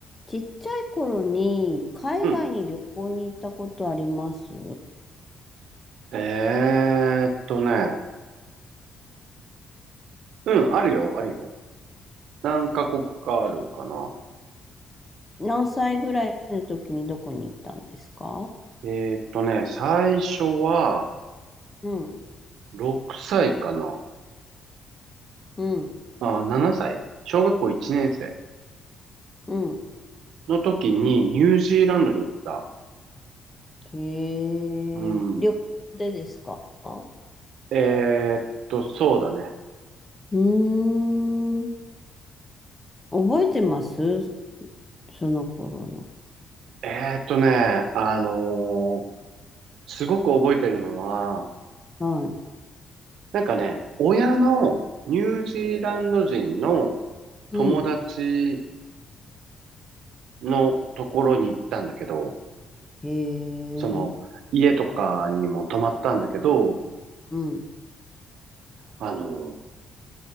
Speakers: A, on the left; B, on the right.
A: ちっちゃい頃に海外に旅行に行ったことあります
B: うん。えーっとね。うん、あるよ、あるよ。何カ国かあるかな。
A: 何歳ぐらいの時にどこに行ったんですか
B: えーっとね、最初は
A: うん、
B: 6歳かな。
A: うん、
B: あ、7歳。小学校1年生
A: うん。
B: の時にニュージーランドに行った。
A: へ
B: うん。
A: え、旅行でですかう
B: えーっと、そうだね。
A: ーん。覚えてますその頃
B: えーっとね、あのーすごく覚えてるのは、
A: の。はい。
B: なんかね、親のニュージーランド人の
A: うん。
B: 友達のところに行ったんだけど、
A: へ
B: その、
A: え、
B: 家とかにも泊まったんだけど、
A: うん。
B: あの、